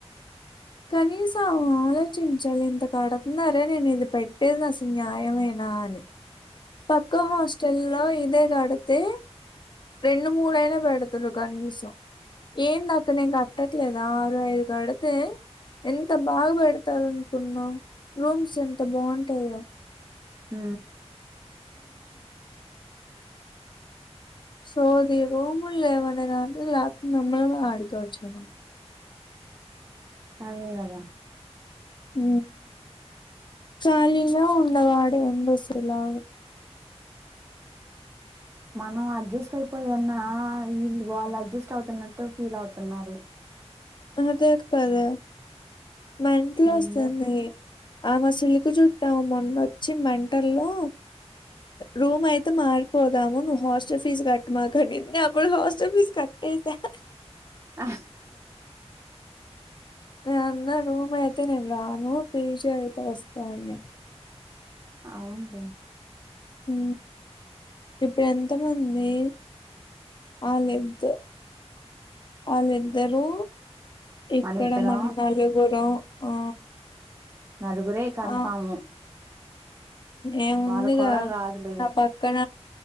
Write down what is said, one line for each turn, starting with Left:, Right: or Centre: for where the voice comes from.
Left: కనీసం ఆలోచించాలి ఇంత కడుతున్నారే నేను ఇది పెట్టేది అసలు న్యాయమనా నాని పక్క హాస్టల్ లో ఇదే కడితే రెండు మూడుయినా పెడతారు కనీసం ఏందక్క నేను కట్టట్లేదా ఆరు వేలు కడితే ఎంత బాగ పెడతారు అనుకున్నావు రూమ్స్ ఎంత బాగుంటాయో
Right: హ
Left: సోది రూములు లేవనే ల్యాప్ మము ఆడుక వచ్చే
Right: అదే కదా
Left: హ కాలిగా ఉండవాడు ఎందు <unintelligible> ఆ
Right: మనం అడ్జస్ట్ అయిపోయిన్నా వాళ్ళు అడ్జస్ట్ అవుతున్నట్టు ఫీల్ అవుతున్నారు
Left: అతే కద మెంటల్
Right: ఏందో
Left: వస్తుంది ఆమసలుకి చుట్టాం మొన్నొచ్చి మెంటల్ల్లో రూమ్ అయితే మారిపోదాము నువ్వు హాస్టల్ ఫీజు కట్మాకనింది అప్పుడు హాస్టల్ ఫీజ్ కట్ <unintelligible>
Right: ఆ
Left: నేను అన్నా రూమాయితేనే రాను పీజీ అయితే వస్తాన్న ఆ
Right: అవున్లే
Left: హ ఇప్పుడు ఎంతమంది ఆ లేదు ఆళ్ళిద్దరూ ఇక్కడ
Right: మనిద్దరం
Left: మన నలుగురం ఆ
Right: నలుగురే కన్ఫాము
Left: ఆ! ఏముందిగా
Right: వాళ్ళ కోడలు రాదులే
Left: నా పక్కన